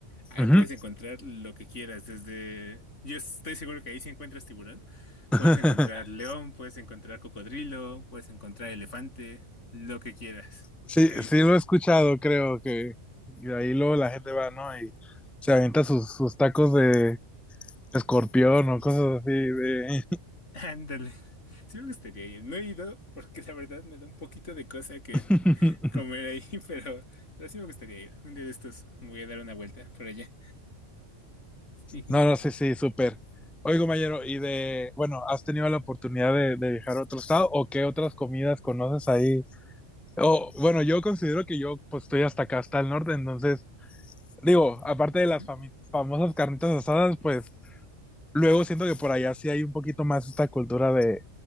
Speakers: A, on the left; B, in the centre.
A: Ahí
B: Ujú.
A: puedes encontrar lo que quieras, desde... Yo estoy seguro que ahí si encuentras tiburón,
B: <laughs>
A: puedes encontrar león, puedes encontrar cocodrilo, puedes encontrar elefante, lo que quieras.
B: Sí,
A: Ahí
B: sí
A: está.
B: lo he escuchado, creo que y ahí luego la gente va, ¿no? Y se avienta sus, sus tacos de escorpión o cosas así de...
A: <laughs> Ándale. Sí me gustaría ir. No he ido porque la verdad me da un poquito de cosa que
B: <laughs>
A: comer ahí, <laughs> pero, pero sí me gustaría ir. Un día de estos me voy a dar una vuelta por allá. Sí.
B: No, no, sí, sí, súper. Oye, compañero, y de, bueno, ¿has tenido la oportunidad de, de viajar a otro estado o qué otras comidas conoces ahí? O, bueno, yo considero que yo pues estoy hasta acá, hasta el norte, entonces, digo, aparte de las
A: Ujú.
B: fami- famosas carnitas asadas, pues luego siento que por allá sí hay un poquito más esta cultura de,